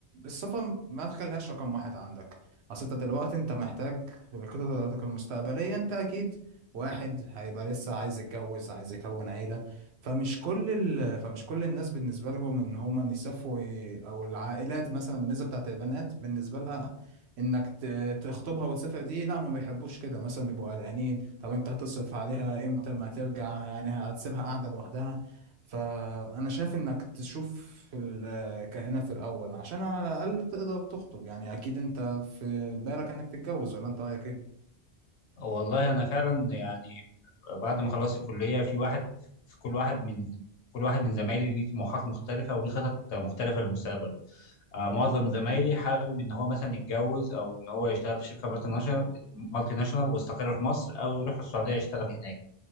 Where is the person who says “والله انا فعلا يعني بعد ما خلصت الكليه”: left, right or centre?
Left